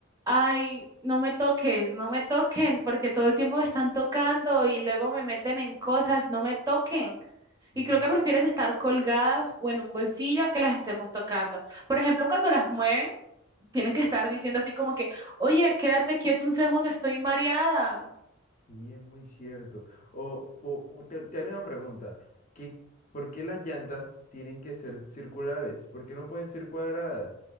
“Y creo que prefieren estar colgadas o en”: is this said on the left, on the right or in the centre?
Right